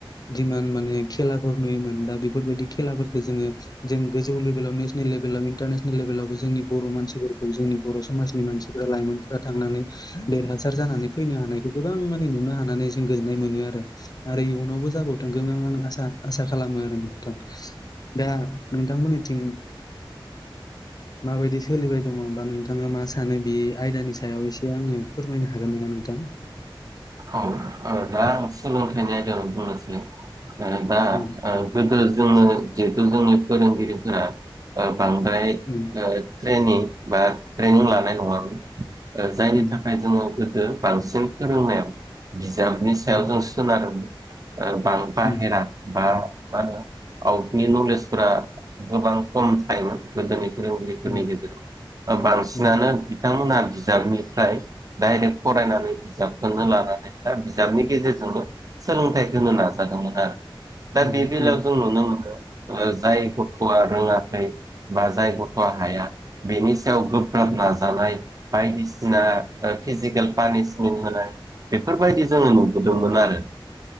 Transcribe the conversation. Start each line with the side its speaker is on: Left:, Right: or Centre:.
Left: दिमान माने खेलाफोर नुयोमोन दा बेफोरबायदि खेला जोंङो जों गोजौ लेभेलाव नेसनेल लेभेलाव इन्टारनेसनेल लेभेलावबो जोंनि बर' मानसिफोरखौ जोंनि बर' समासनि लाइमोनफोरा थांनानै देरहासार जानानै फैनो हानाय गोबां नुनो हानानै जों गोजोननाय मोनो आरो इयुनावबो जाबाव थांगोन आं आं आसा खालामो आरो नोंथां दा नोंथांमोननिथिं माबायदि सोलिबाय दंङो होनोमबा नोंथाङा मा सानो बे आयदानि सायाव एसे आङो फोरमायनो हागोन नामा नोंथां <unintelligible> <inaudible>
Right: औ औ दा आं सोलोंथाइनि आयदाखौ बुंनोसै ओ दा
Left: औ
Right: ओ गोदो जोंनो जिहेथु जोंनि फोरोंगिरिफोरा ओ बांद्राय
Left: उम
Right: ओ ट्रेनिं बा ट्रेनिं लानाय नङामोन ओ जायनि
Left: उम
Right: थाखाय जोङो गोदो बांसिन फोरोंनायाव बिजाबनि सायाव
Left: उम
Right: जों सोनारोमोन बां बाहेरा
Left: उम
Right: बा मा होनो आउटनि नलेजफोरा गोबां खम थायोमोन गोदोनि फोरोंगिरिफोरनि
Left: उम
Right: गेजेराव ओ बांसिनानो
Left: उम
Right: बिथांमोना बिजाबनिफ्राय डाइरेक्ट फरायनानै बिजाबखौनो लानानै दा बिजाबनि गेजेरजोंनो सोलोंथाइ होनो नाजादोंमोन आरो दा
Left: उम
Right: बे बेलायाव
Left: उम
Right: जों नुनो मोनो ओ जाय गथआ रोङाखै बा जाय गथ'आ हाया बेनि सायाव गोब्राब
Left: उम
Right: नाजानाय बायदिसिना ओ फिजिकेल पानिसमेन्ट होनाय बेफोरबायदि जोङो नुबोदोंमोन आरो